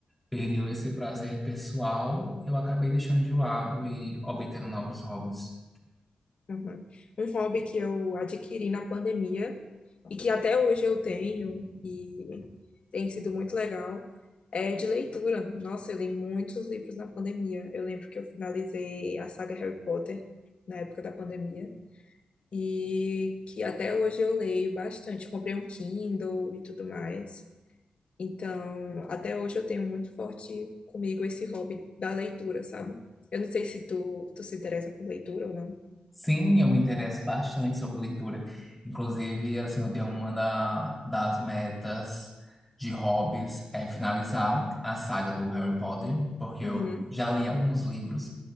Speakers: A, in the centre; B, on the left (about 50°).
A: perdeu esse prazer pessoal, eu acabei deixando de lado e obtendo novos hobbies.
B: uhum. Um hobby que eu adquiri na pandemia e que até hoje eu tenho e tem sido muito legal é de leitura. Nossa, eu li muitos livros na pandemia. Eu lembro que eu finalizei a saga Harry Potter na época da pandemia e que até hoje eu leio bastante. Comprei um Kindle e tudo mais. Então, até hoje eu tenho muito forte comigo esse hobby da leitura, sabe? Eu não sei se tu, tu se interessa por leitura ou
A: Sim, eu me interesso bastante sobre leitura. Inclusive, assim, eu tenho uma da- das metas de hobbies é finalizar a saga do Harry Potter, porque
B: não.
A: eu já li alguns livros,